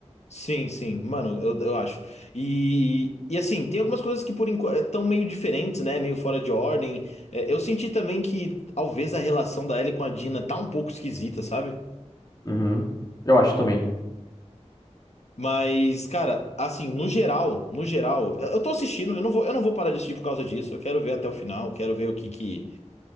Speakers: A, on the left; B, on the left.
A: Sim, sim, mano, eu, eu acho. E, e assim, tem algumas coisas que por enquanto estão meio diferentes, né? Meio fora de ordem. É, eu senti também que talvez a relação da Ellie com a Dina tá um pouco esquisita, sabe?
B: Uhum. Eu acho também.
A: Mas, cara, assim, no geral, no geral, eu, eu tô assistindo, eu não vou, eu não vou parar de assistir por causa disso. Eu quero ver até o final, quero ver o que que,